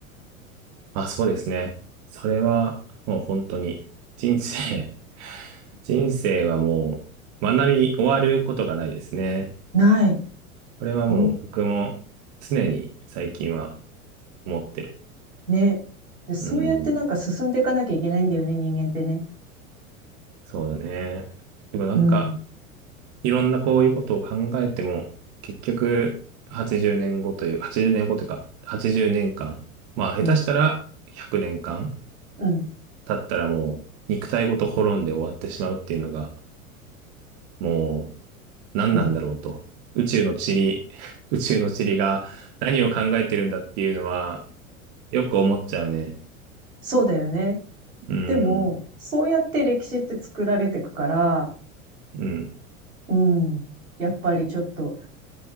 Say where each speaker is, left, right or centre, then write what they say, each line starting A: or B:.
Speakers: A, on the right; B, on the right.
A: あ、そうですね。それはもう本当に人生、<laughs> 人生はもう学び終わることがないですね。
B: ない。
A: これはもう僕も常に最近は
B: ほん、
A: 思ってる。
B: ね。で、そうやってなんか進んでいかなきゃいけないんだよね、
A: うん。
B: 人間ってね。
A: そうだね。でもなんか、
B: うん、
A: いろんなこういうことを考えても、結局、80年後という、80年後というか、80年間、まあ、
B: うん、
A: 下手したら100年間
B: うん、
A: 経ったらもう、肉体ごと滅んで終わってしまうっていうのが、もう、何なんだろうと。
B: うん。
A: 宇宙の塵、<laughs> 宇宙の塵が何を考えてるんだっていうのは、よく思っちゃうね。
B: そうだよね。
A: うん、
B: でも、そうやって歴史って作られていくから、
A: うん、
B: うん、やっぱりちょっと